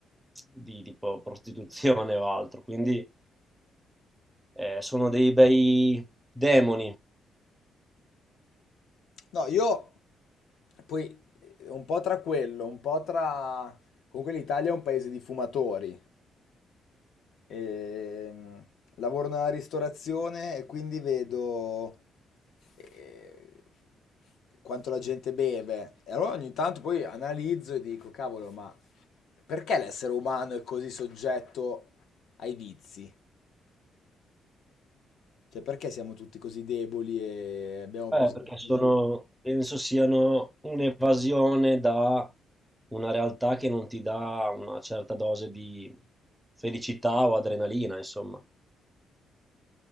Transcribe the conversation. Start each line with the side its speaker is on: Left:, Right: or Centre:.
Centre: di tipo prostituzione o altro. Quindi Eh, sono dei bei demoni,
Left: No, io poi eh, un po' tra quello, un po' tra... Comunque l'Italia è un paese di fumatori. E, mm, lavoro nella ristorazione e quindi vedo eh, quanto la gente beve. E allora ogni tanto poi analizzo e dico, cavolo, ma perché l'essere umano è così soggetto ai vizi? Cioè, perché siamo tutti così deboli e abbiamo
Centre: eh,
Left: bisogno
Centre: perché sono,
Left: di...
Centre: penso siano un'evasione da una realtà che non ti dà una certa dose di felicità o adrenalina, insomma.